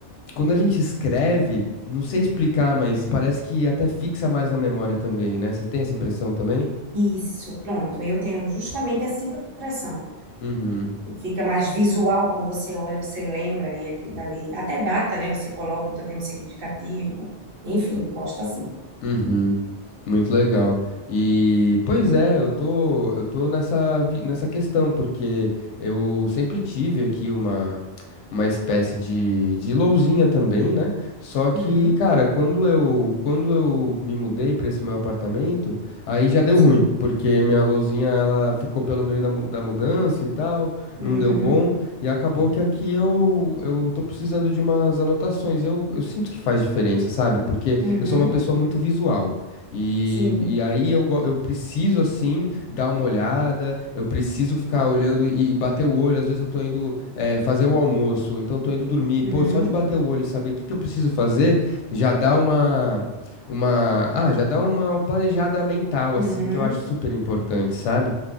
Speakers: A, on the left; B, on the right.
A: Quando a gente escreve, não sei explicar, mas parece que até fixa mais na memória também, né? Você tem essa impressão também?
B: Isso, pronto. Eu tenho justamente essa impressão.
A: Uhum.
B: Fica mais visual quando você olha, você lembra e aquilo dali. Até data, né? Você coloca, então tem um significativo. Enfim, gosto assim.
A: Uhum, muito legal. E, pois é, eu tô, eu tô nessa, vi- nessa questão, porque eu sempre tive aqui uma, uma espécie de, de lousinha também, né? Só que,
B: Uhum,
A: cara, quando eu, quando eu me mudei para esse meu apartamento, aí já deu
B: sim.
A: ruim, porque minha lousinha, ela ficou pelo meio da, mu- da mudança e tal, não
B: Uhum,
A: deu bom, e acabou que aqui eu, eu tô precisando de umas anotações. Eu, eu sinto que faz diferença, sabe? Porque
B: uhum,
A: eu sou uma pessoa muito visual. E,
B: sim.
A: e aí eu, go- eu preciso, assim, dar uma olhada, eu preciso ficar olhando e, e bater o olho. Às vezes eu tô indo eh, fazer o almoço, ou então tô indo dormir. Pô,
B: Uhum,
A: só de bater o olho, saber o que que eu preciso fazer, já dá uma, uma, ah, já dá uma planejada mental,
B: uhum,
A: assim, que eu acho super importante, sabe?